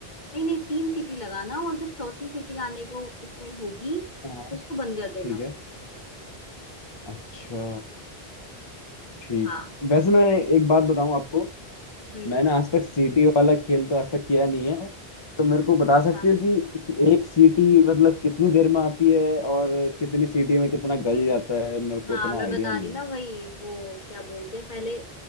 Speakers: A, on the left; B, on the left.
A: नहीं नहीं तीन सीटी लगाना और जब चौथी सीटी आने को उसमें होगी तो
B: हाँ
A: उसको बंद कर देना
B: ठीक है अच्छा ठीक
A: हाँ
B: वैसे मैं एक बात बताऊं आपको
A: हम्म
B: मैंने आज तक सीटी वाला खेल तो आज तक किया नहीं है तो मेरे को बता
A: अच्छा
B: सकते हो कि एक सीटी मतलब कितनी देर में आती है और कितनी सीटी में कितना गल जाता है मेरे को
A: हाँ
B: इतना
A: मैं
B: आइडिया
A: बता
B: नहीं
A: रही ना
B: है
A: वही वो क्या बोलते हैं पहले